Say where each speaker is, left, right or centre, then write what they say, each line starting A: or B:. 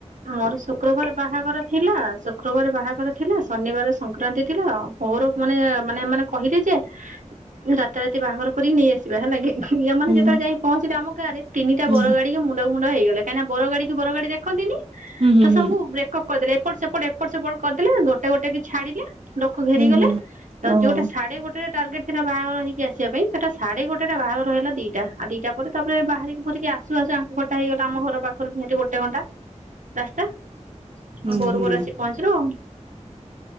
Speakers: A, on the right; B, on the right.
A: ମର ଶୁକ୍ରବାର ବାହାଘର ଥିଲା ଶୁକ୍ରବାର ବାହାଘର ଥିଲା ଶନିବାରେ ସଂକ୍ରାନ୍ତି ଥିଲା ମୋର ମାନେ ମାନେ ମାନେ କହିଲେ ଯେ ରାତାରାତି ବାହାଘର କରିକି ନେଇ ଆସିବା, ହେଲା କି? ଇ ଏମାନେ
B: ହୁଁ
A: ଯେତଳେ ଯାଇ ପହଞ୍ଚିଲେ ଆମ ଗାଁରେ ତିନିଟା
B: ହୁଁ
A: ବର ଗା ଡିକି ମୁଣ୍ଡ ମୁଣ୍ଡ ହେଇଗଲେ କାଇଁ ନା ବର ଗାଡ଼ି କି ବର ଗଡ଼ି ଦେଖନ୍ତିିନି।
B: ହୁଁ
A: ତ ସବୁ
B: ହୁଁ ହୁଁ
A: ବ୍ରେକଅପ୍ କରିଦଲେ ଏପଟ ସେପଟ୍ ଏପଟ୍ ସେପଟ୍ କରଦେଲେ <unintelligible> ଟେ ଓଟେ କି ଛାଡ଼ିଲେ ଲୋକ ଘେରିଗଲେ
B: ହୁଁ ହୁଁ।
A: ତ
B: ଓହୋ।
A: ଯୋଉଟା ସାଢ଼େ ଗୋଟେରେ ଟାର୍ଗେଟ୍ ହେଟା ବାହାଘର ହେଇକି ଆସିବା ପାଇଁ ସେଟା ସାଢ଼େ ଗୋଟେଟା ବାହାଘର ହେଲା ଦିଟା ଆଉ ଦିଟା ବୋଧେ ତାପରେ ବାହାରିକି ଭୁରିକି ଆସୁ ଆସୁ ଆଙ୍କ ଘରଟା ହେଇଗଲା ଆମ ଘର ପାଖୁରୁ ଦିଟା ଗୋଟେ ଘଣ୍ଟା। ରାସ୍ତା
B: ହୁଁ
A: ଭୋରୁ
B: ହୁଁ
A: ଭୋରୁ ଆସି ପହଞ୍ଚିଲୁ ଆଉ।